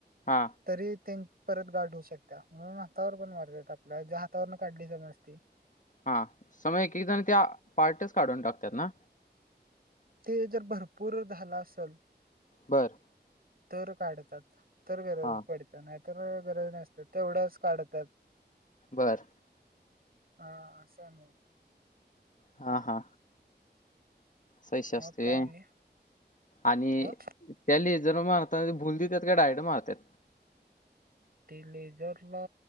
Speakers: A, on the left; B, on the right.
A: हा
B: तरी परत गाठ होऊ शकता म्हणून हातावर पण मारतात आपल्याला जे हातावरन काढली समजती
A: हा समज एक जण त्या पार्टच काढून टाकतात ना
B: ते जर भरपूर झाला असेल
A: बर
B: तर काढतात तर गरज
A: हा
B: पडते नाही तर गरज नसते तेवढ्याच काढतात
A: बरं
B: हा असं नाही
A: हा हा पैसे असते
B: मग काय म्हणे
A: आणि
B: ह
A: त्या लेझर जर् मारता भूल देतात का डायरेक्ट मारतात
B: ते लेझरला